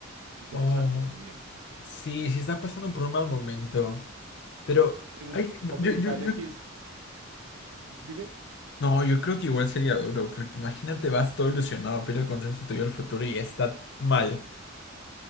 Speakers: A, on the right; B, on the left.
A: interesante
B: Oh,
A: también, ¿no?
B: sí, sí está pasando por un mal momento. Pero
A: O, pregun-
B: hay que-
A: o
B: yo,
A: preguntarle
B: yo, yo,
A: qué es, dime,
B: no, yo creo que igual sería duro, porque imagínate, vas todo ilusionado, pide consejos a tu yo del futuro y está mal.